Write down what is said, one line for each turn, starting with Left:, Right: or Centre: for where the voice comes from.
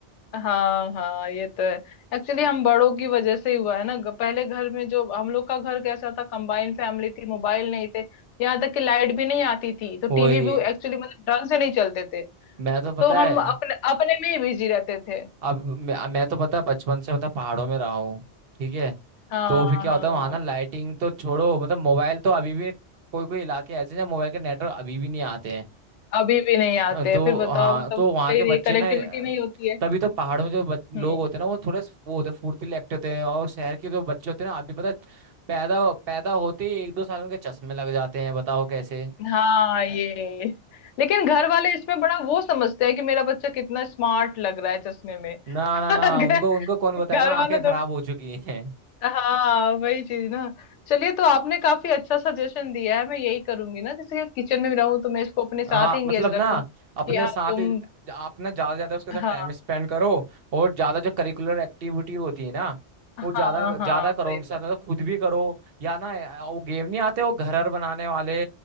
Left: हाँ हाँ ये तो है एक्चुअली हम बड़ों की वजह से ही हुआ है ना ग- पहले घर में जो हम लोग का घर कैसा था कंबाइंड फैमिली थी मोबाइल नहीं थे यहाँ तक कि लाइट भी नहीं आती थी तो टीवी
Right: वही
Left: भी एक्चुअली मतलब ढंग से नहीं चलते थे
Right: मैं तो पता
Left: तो हम
Right: है
Left: अपने अपने में ही बिजी रहते थे
Right: अब मैं, मैं तो पता है बचपन से मतलब पहाड़ों में रहा हूँ ठीक है
Left: हाँ
Right: तो फिर क्या
Left: हाँ
Right: होता है वहां ना लाइटिंग तो छोड़ो मतलब मोबाइल तो अभी भी कोई कोई इलाके ऐसे हैं जहाँ मोबाइल के नेटवर्क अभी भी नहीं आते हैं
Left: अभी भी नहीं
Right: अ,
Left: आते
Right: तो
Left: फिर बताओ
Right: हाँ
Left: मतलब
Right: तो
Left: होते
Right: वहाँ
Left: ही
Right: के
Left: नहीं
Right: बच्चे
Left: कनेक्टिविटी
Right: ना अ,
Left: नहीं होती है
Right: तभी तो पहाड़ों में जो बच-
Left: हम्म
Right: लोग होते हैं ना वो थोड़े स- वो होते हैं, फुर्तीले एक्टिव होते हैं और शहर के जो बच्चे होते हैं ना आप भी पता है, पैदा पैदा होते ही एक दो साल उनके चश्मे लग जाते हैं बताओ कैसे
Left: हाँ ये लेकिन घर वाले इसमें बड़ा वो समझते हैं कि मेरा बच्चा कितना स्मार्ट लग रहा है चश्मे में <laughs>
Right: ना ना
Left: घर
Right: ना उनको उनको कौन बताएगा
Left: वाले
Right: आंखें खराब
Left: तो
Right: हो चुकी हैं
Left: हाँ वही चीज ना चलिए तो आपने काफी अच्छा सजेशन दिया है मैं यही करूंगी ना जैसे किचन में भी रहूं तो मैं इसको अपने साथ
Right: हाँ
Left: ही इंगेज
Right: मतलब ना
Left: रखूं कि
Right: अपने
Left: हाँ
Right: साथ
Left: तुम
Right: ही आप ना ज्यादा से ज्यादा उसके साथ
Left: हाँ
Right: टाइम स्पेंड करो और ज्यादा जो करिकुलर एक्टिविटी होती है ना
Left: हाँ
Right: वो ज्यादा ज्यादा
Left: हाँ
Right: करो
Left: वही
Right: उनके
Left: मैं
Right: साथ मतलब खुद भी करो या ना वो गेम नहीं आते वो घर हर बनाने वाले